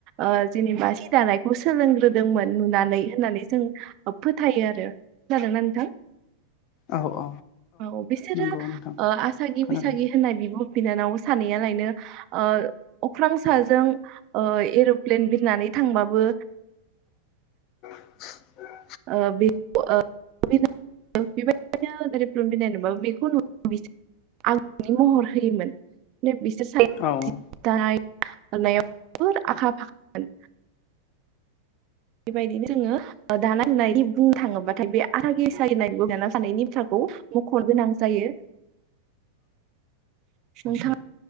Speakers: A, on the right; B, on the left.
A: ओ जेनेबा सि दानायखौ सोलोंग्रोदोंमोन नुनानै होननानै जों फोथायो आरो खानादोंना नों थां
B: औ औ
A: औ बिसोरो
B: नंगौ नोंथां
A: ओ आसागि
B: खोनादों
A: बैसागि होननाय बिब' बिनानाव सानैया लायनो ओ अख्रां साजों ओ एर'प्लेन बिरनानै थांबाबो
B: <unintelligible> ओ
A: ओ बेखौ‌ ओ बिरनो ओ बेबायदिनो जेरै एर'प्लेन बिरनाय नुबाबो बेखौ नु बिस आंनि महर होयोमोन नो बिसोर सानैया
B: औ
A: जि दानाय <unintelligible> दारनायाव फोर आखा फाखामोन। <unintelligible> बेबायदिनो जोङो ओ दानाय लुनायनि बुंनो थाङोब्ला बाथाय बे आथा खेसा जिरनाय <unintelligible> बिब' बिनानाव सानैनि थ्राखौ मख खर गोनां जायो नोंथां।